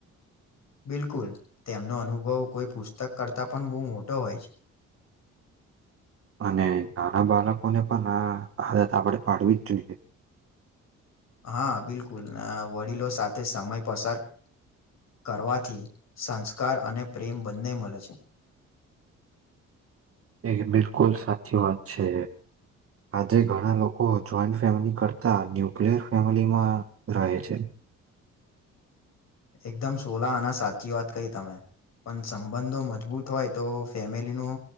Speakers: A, on the left (about 60°); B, on the right (about 50°).
A: બિલકુલ તેમનો અનુભવ કોઈ પુસ્તક કરતાં પણ બહુ મોટો હોય છે.
B: અને નાના બાળકોને પણ આ આદત આપણેે પાડવી જ જોઈએ.
A: હા બિલકુલ વડીલો સાથે સમય પસાર કરવાથી સંસ્કાર અને પ્રેમ બંને મળે છે.
B: એક બિલકુલ સાચી વાત છે. આજે ઘણા લોકો જોઈન્ટ ફેમિલી કરતાં ન્યુક્લિયર ફેમિલીમાં રહે છે.
A: એકદમ સોલા આના સાચી વાત કહી તમે. પણ સંબંધો મજબૂત હોય તો ફેમિલીનો